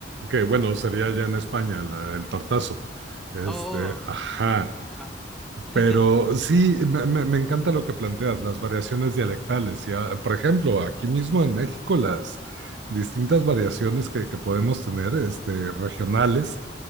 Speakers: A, on the right; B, in the centre.
A: que bueno, sería ya en España la- el tartazo. Este,
B: oh,
A: ajá.
B: ajá. <laughs>
A: Pero sí, me, me- me encanta lo que planteas, las variaciones dialectales. Y, ah, por ejemplo, aquí mismo en México, las distintas variaciones que, que podemos tener, este, regionales,